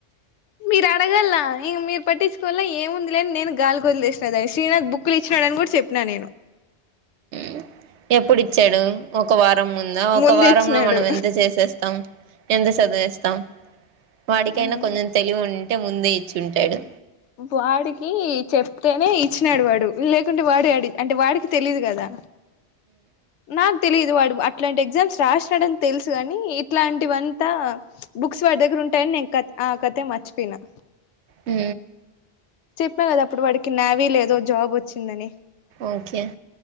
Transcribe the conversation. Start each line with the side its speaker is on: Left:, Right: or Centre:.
Left: మీరు అడగలా ఇగ మీ పట్టించుకోవల్లా ఏముంది లే అని నేను గాలికోదిలేసిన దాని శ్రీనాథ్ బుక్లు ఇచ్చినాడని కూడా చెప్పిన నేను
Right: మ్ ఎప్పుడు ఇచ్చాడు ఒక వార్ రం ముందా ఒక
Left: ముందు
Right: వారంలో
Left: ఇచ్చినాడు
Right: మనం ఎంత చేసేస్తాం ఎంత చదివేస్తాం వాడికైనా
Left: ఆ ఆ
Right: కొంచెం తెలివి ఉంటే ముందే ఇచ్చి ఉంటాడు
Left: వాడికి చెప్తేనే ఇచ్చినాడు వాడు లేకుంటే వాడే అడి అంటే వాడికి తెలియదు క దా నాక్ తెలియదు వాడు అట్లాంటి ఎగ్జామ్స్ రాసినాడని తెలుసు గాని ఇట్లాంటివింతా బుక్స్ వాడి దగ్గర ఉంటాయని నిన్ కత్ ఆ కతే మర్చిపోయినా
Right: మ్
Left: చెప్పా కదా అప్పుడు వాడికి నావీలేదో జాబోచ్చిందని
Right: ఓకే